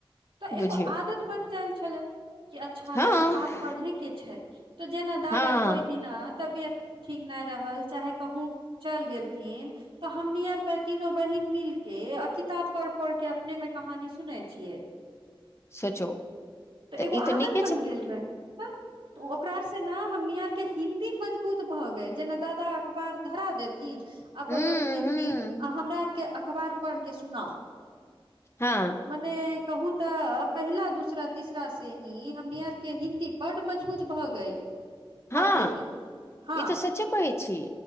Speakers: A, on the right (about 65°); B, on the left (about 30°).
A: तऽ
B: बुझियौ
A: एगो आदत बन जायल छलै, कि अच्छा
B: हँ
A: किताब पढ़यके छै। तऽ जेना दादा
B: हँ
A: कोहि बिना तबियत ठीक नहि रहल, चाहे कहूँ चलि गेलथिन। तऽ हम नियर बाय तीनो बहिन मिल के, आ किताब पढ़- पढ़ के अपने मे कहानी सुने छियै।
B: सोचो, तऽ
A: एगो
B: ई तऽ
A: आदत
B: नीक
A: बन गेल रहै, ह त ओ ओकरार से नहि हमनी आरके हिन्दी मजबूत भऽ गेल, जेना दादा अखबार धरा देथिन। आ
B: हूं
A: बोललथिन
B: हूं
A: कि! हमरा आरके अखबार पढ़ के सुनाउ।
B: हँ
A: मने कहू तऽ, पहिला, दूसरा, तीसरा से हमनी आर के हिन्दी बड मजबूत भऽ गेल।
B: हँ,
A: पढ़े मे हँ
B: ई तऽ सचे कहै छी,